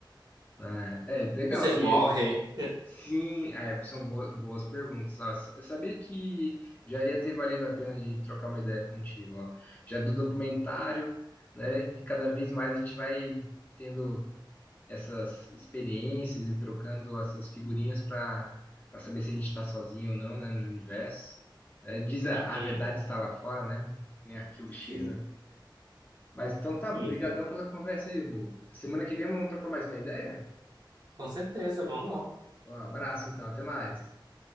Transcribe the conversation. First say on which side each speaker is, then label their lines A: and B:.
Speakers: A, on the left (about 20°); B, on the right (about 50°).
A: Ah, É, legal.
B: Vocês morrem?
A: E é, Sim, é, são boa- boas perguntas. Ah, sa- sabia que já ia ter valido a pena de trocar uma ideia contigo, ó. Já do documentário, né? E cada vez mais a gente vai tendo essas experiências e trocando essas figurinhas para para saber se a gente está sozinho ou não, né, no universo. né? Diz a,
B: Uhum.
A: a verdade está lá fora, né? Que nem Arquivo X,
B: Sim.
A: né? Mas então tá, brigadão
B: <laughs>
A: pela conversa aí, Ivo. Semana que vem vamos trocar mais uma ideia?
B: Com certeza, vamos lá.
A: Um abraço, então, até mais.